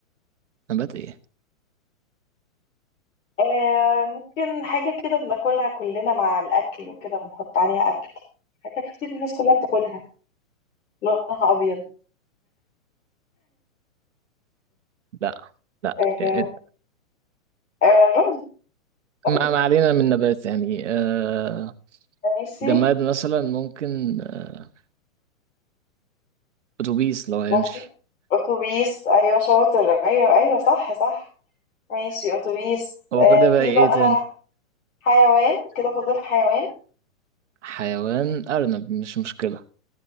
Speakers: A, on the right; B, on the left.
A: نبات إيه؟
B: آه ممكن حاجة كده بناكلها كلنا مع الاكل وكده بنحط عليها اكل حاجة كتير الناس كلها بتاكلها لونها ابيض
A: لا لا
B: آه
A: إيه، إيه،
B: آه رز
A: ما
B: رز
A: ما علينا من نبات يعني آه
B: ماشي
A: جماد مثلا ممكن آه أتوبيس لو هيمشي
B: ممكن اتوبيس ايوه شاطر ايوه ايوه صح صح ماشي اتوبيس
A: هو
B: آه
A: كده بقى
B: في
A: إيه
B: بقى
A: تاني؟
B: حيوان كده فاضل حيوان
A: حيوان أرنب مش مشكلة